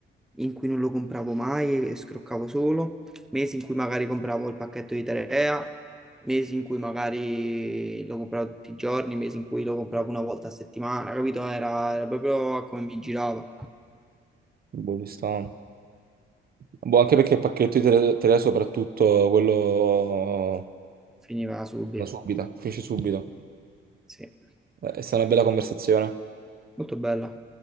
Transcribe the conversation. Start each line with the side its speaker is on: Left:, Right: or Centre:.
Centre: in cui non lo compravo mai e scroccavo solo, mesi in cui magari compravo il pacchetto di Terea, mesi in cui magari lo compravo tutti i giorni, mesi in cui lo compravo una volta a settimana, capito? Era, era proprio come mi girava,
Right: Boh, ci sta. Boh, anche perché il pacchetto di tele, tele soprattutto quello
Centre: finiva subito,
Right: da subito, finisce subito.
Centre: sì.
Right: Eh, È stata una bella conversazione.
Centre: Molto bella.